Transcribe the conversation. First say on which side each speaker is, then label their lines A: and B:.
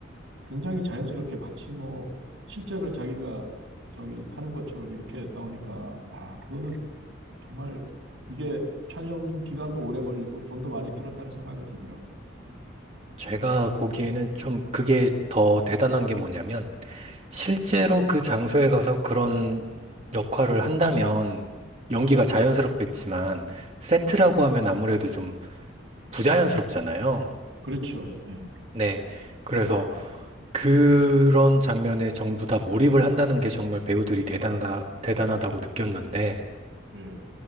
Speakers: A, on the right; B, on the right.
A: 굉장히 자연스럽게 마치 뭐 실제로 자기가 저기 하는 것처럼 이렇게 나오니까 아, 그거는 정말 이게 촬영 기간도 오래 걸리고 돈도 많이 들었다는 생각이 들더라고요.
B: 제가 보기에는 좀 그게 더 대단한 게 뭐냐면, 실제로 그 장소에 가서 그런 역할을 한다면 연기가 자연스럽겠지만 세트라고
A: 음.
B: 하면 아무래도 좀 부자연스럽잖아요.
A: 그렇죠. 예.
B: 네. 그래서 그런 장면에 전부 다 몰입을 한다는 게 정말 배우들이 대단하다, 대단하다고 느꼈는데,
A: 예.